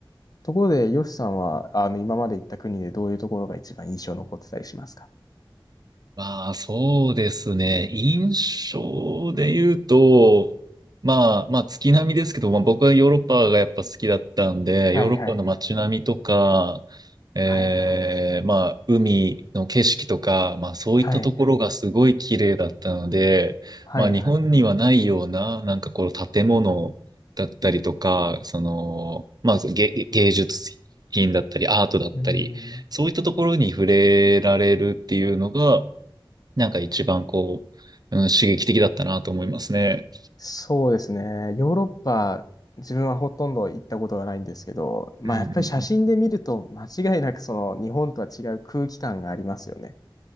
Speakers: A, on the left; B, on the right.
A: ところで、ヨシさんは、あの、今まで行った国でどういうところが一番印象残ってたりしますか
B: まあ、そうですね。印象で言うと、まあ、まあ、月並みですけど、まあ、僕はヨーロッパがやっぱ好きだったんで、
A: はいはい。
B: ヨーロッパの街並みとか、えーまあ、
A: はいはい。
B: 海の景色とか、まあ、そういったところがすごい綺麗だったので、
A: はいはい。はいはい
B: まあ、日本にはないような、なんかこう、建物だったりとか、その、まあ、芸、芸術品だったり、アートだったり、
A: うん。
B: そういったところに触れられるっていうのが、なんか一番こう、うん、刺激的だったなと思いますね。
A: そうですね。ヨーロッパ、自分はほとんど行ったことがないんですけど、まあやっぱり写真で見ると間違いなくその日本とは違う空気感がありますよね。
B: うんうんうん